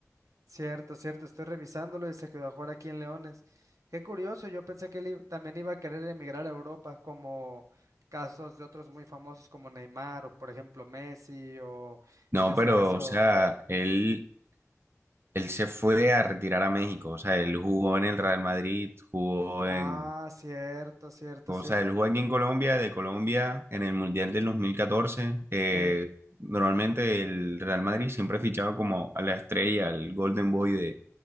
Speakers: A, on the right; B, on the right.
A: Cierto, cierto, estoy revisándolo y se quedó a jugar aquí en Leones. Qué curioso, yo pensé que él i- también iba a querer emigrar a Europa, como casos de otros muy famosos como Neymar o por ejemplo Messi o
B: No,
A: en ese
B: pero,
A: caso...
B: o sea, él Él se fue a retirar a México, o sea, él jugó en el Real Madrid, jugó
A: Ah,
B: en,
A: cierto, cierto,
B: o
A: cierto.
B: sea, él jugó aquí en Colombia, de Colombia, en el Mundial del 2014. Eh,
A: eh,
B: normalmente el Real Madrid siempre fichaba como a la estrella, al Golden Boy de...